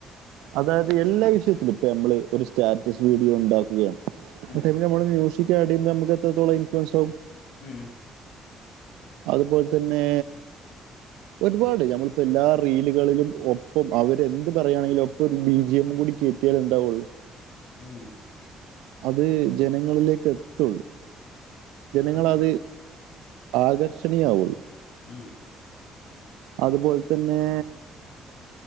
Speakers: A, on the right (about 75°); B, on the left (about 70°).
A: അതായത് എല്ലാ വിഷയത്തിലും ഇപ്പ ഞമ്മള് ഒരു സ്റ്റാറ്റസ് വീഡിയോ ഉണ്ടാക്കുകയാണ്.
B: ഉം
A: അ ടൈമ് നമ്മള് മ്യൂസിക് അഡ് ചെയ്യുമ്പോ നമക്ക് എത്രത്തോളം ഇൻഫ്ലുവൻസ് ആവും.
B: ഉം
A: അതുപോൽ തന്നെ.
B: <inaudible>
A: ഒരുപാട് ഞമ്മളിപ്പോ എല്ലാ റീലുകളിലും ഒപ്പം അവരെന്ത് പറയുകയാണെങ്കിലും ഒപ്പം ഒരു ബി ജി എമ്മും കൂടി കേ കേത് ഇണ്ടാവൊള്ളു
B: ഉം.
A: അത് ജനങ്ങളിലേക്കെത്തുള്ളൂ. ജനങ്ങൾ
B: സത്യം
A: അത് ആകർഷണീയാവുള്ളു
B: ങ്
A: അതുപോൽ തന്നെ.